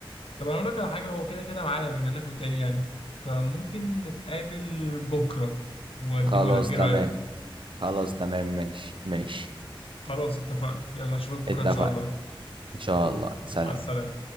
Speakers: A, on the left; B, on the right.
A: طب انا اقول لك على حاجة هو كده كده معايا بما انك قلت لي يعني فممكن نتقابل بكرة واديهولك
B: خلاص
A: ايه
B: تمام
A: رأيك؟
B: خلاص تمام ماشي ماشي
A: خلاص اتفقنا يلا اشوفك بكرة
B: اتفق
A: ان شاء الله
B: إن شاء الله سلام
A: على السلامة